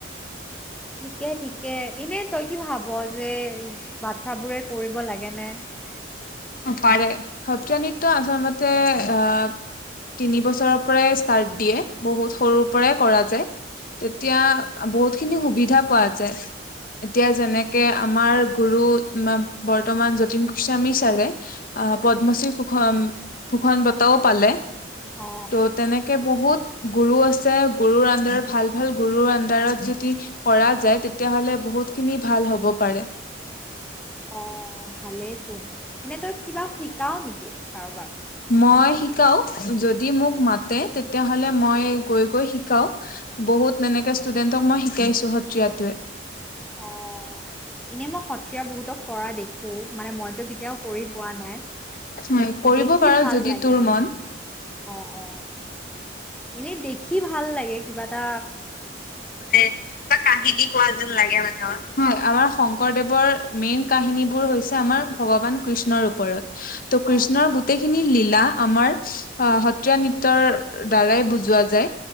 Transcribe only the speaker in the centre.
ঠিকে ঠিকে এনে তই কি ভাব হব যে বাচ্ছাবোৰে কৰিব লাগে ন
উম,
অ
অ ভালেই চোন এনে তই কিবা শিকাও নেকি কাৰোবাক
অ এনে মই সত্ৰীয়া বহুতক কৰা দেখো মানে মইতো কেতিয়াও কৰি পোৱা নাই
দেখি
ভাল
লাগে
মানে
অ অ এনেই দেখি ভাল লাগে কিবা এটা
অ